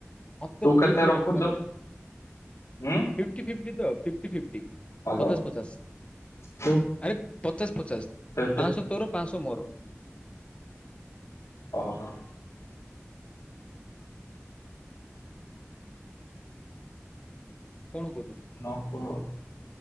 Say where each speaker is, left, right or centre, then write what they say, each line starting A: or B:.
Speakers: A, on the left; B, on the left.
A: ମତେ
B: ତୁ
A: ଠିକ
B: କେତେ
A: ସେ
B: ରଖୁଛୁ
A: ରକ୍ଷିବ ରଛି।
B: ଉଁ?
A: ଫିଫ ଫିଫଟି ତ ଫିଫଟି ଫିଫଟି
B: ହ୍ୟାଲୋ।
A: ପଚାଶ ପଚାଶ।
B: ତୁ
A: ଆରେ ପଚାଶ ପଚାଶ
B: କେତେ
A: ପାଞ୍ଚଶହ ତୋର ପାଞ୍ଚଶହ ମୋର।
B: ଓହ
A: କଣ କହୁଛୁ?
B: ନ କହ।